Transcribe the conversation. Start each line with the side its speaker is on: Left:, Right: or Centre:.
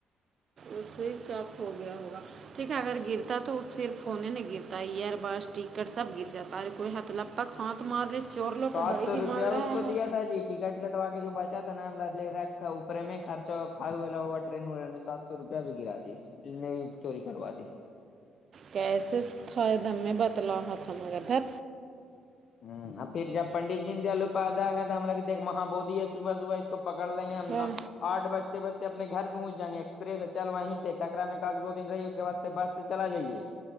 Right: اس سے چاپ ہو گیا ہوگا ٹھیک ہے اگر گرتا ہے تو پھر فھنے نہیں گرتا ایئر بس ٹکر سب گر جا ہے کوئی تلپا ہاتھ مار رہے چور
Left: سات
Right: لوگ کو بڑی
Left: سو
Right: دماغ
Left: روپیہ
Right: رہا
Left: اس کو دیا
Right: ہے
Left: تھا جی ٹکٹ کٹو کے جو بچا تھا ن ل لر میں خرچا کا ہواٹرین رہات سو روپیہ بھی گرا دی نے چوری کروا دی
Right: کیسز تھ ایک دم میں بتلو ہوت ہم ادھر
Left: ہ اور پھر جب پنڈت دین دیالوپاد ہم لگ دیک مہ بوودھی ہے صبح صبح اس کو پکڑ لیں گے ہم
Right: ہاں
Left: نہا آٹ بجتے بجتے اپنے گھر پہنچ جیں گے ایکسپریس ہے چل وہیں تھ ٹرا میں کا دو دن رہی اس کےعد بس سے چلا جائیے